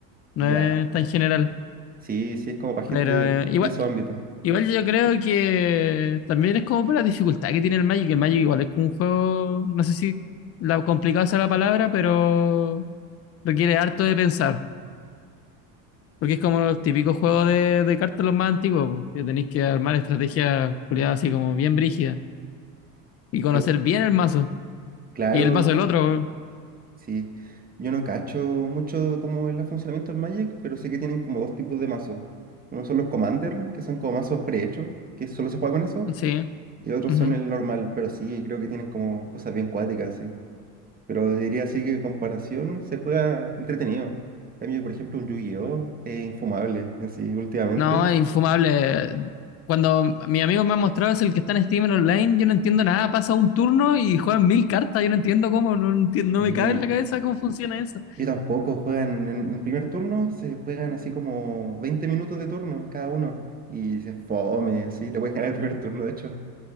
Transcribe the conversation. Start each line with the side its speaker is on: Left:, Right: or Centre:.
Left: No
Right: Ya,
Left: es tan general.
Right: sí, sí, es como para
Left: Pero
Right: gente de,
Left: eh, igual,
Right: de su ámbito.
Left: igual yo creo que también es como por la dificultad que tiene el Magic. El Magic igual es como un juego, no sé si la complicado sea la palabra, pero requiere harto de pensar. Porque es como los típicos juegos de, de cartas los más antiguos, po, que tenéis que armar estrategias culiadas así como bien brígidas y conocer
Right: Cl-
Left: bien el mazo.
Right: claro,
Left: Y el mazo del otro,
Right: sí. Yo no cacho mucho cómo es el funcionamiento del Magic, pero sé que tienen como dos tipos de mazos. Uno son los Commander, que son como mazos prehechos, que solo se juega con eso.
Left: Sí.
Right: Y otros
Left: ujú.
Right: son el normal, pero sí, creo que tienen como cosas bien cuáticas, sí. Pero diría así que comparación se juega entretenido. En cambio, por ejemplo, un Yu-Gi-Oh! es infumable, así, últimamente.
Left: No, es infumable. Cuando mi amigo me ha mostrado es el que está en Steam Online, yo no entiendo nada. Pasa un turno y juegan mil cartas. Yo no entiendo cómo, no, entiendo,
Right: Y,
Left: no me cabe en la cabeza cómo funciona eso.
Right: y tampoco juegan en el primer turno, se juegan así como 20 minutos de turno cada uno. Y se fome, así, te pueden <laughs> ganar el primer turno, de hecho.